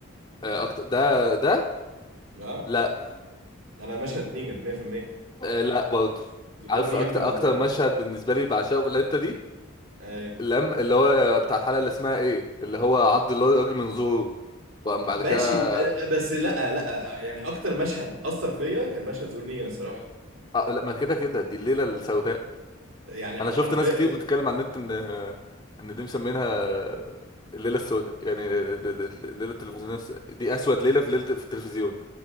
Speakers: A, on the left (about 25°); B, on the right (about 75°).
A: آه، أكتر ده ده
B: اه
A: لا
B: انا مشهد نيجان 100%
A: آه، لا برضه
B: ظهور
A: عارف
B: نيجان
A: اكتر
B: بالنسبه
A: اكتر
B: لي
A: مشهد بالنسبه لي بعشقه في الحته دي
B: ايوه
A: لم اللي هو آه، بتاع الحلقه اللي اسمها ايه اللي هو عض اللي هو الراجل من زوره وقام بعد
B: ماشي
A: كده
B: ب- بس لا لا يعني اكتر مشهد اثر فيا كان مشهد ظهور نيجان الصراحه
A: آه، لا ما كده كده دي الليله السوداء
B: يعني
A: انا
B: حرفيا
A: شفت ناس كتير بتتكلم على النت ان آه، ان دي مسمينها آه، الليله السوداء يعني ال- ال- ال- الليله التلفزيونيه الس- دي اسود ليله في ليله في التلفزيون